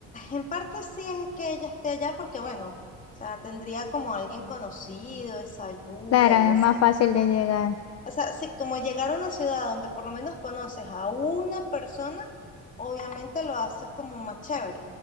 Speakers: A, on the left (about 25°); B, on the left (about 55°).
A: en parte sí es que ella esté allá porque, bueno, o sea, tendría como alguien conocido, esa ayuda,
B: Claro, es
A: ese...
B: más fácil de llegar.
A: O sea, sí, como llegar a una ciudad donde por lo menos conoces a una persona, obviamente lo hace como más chévere.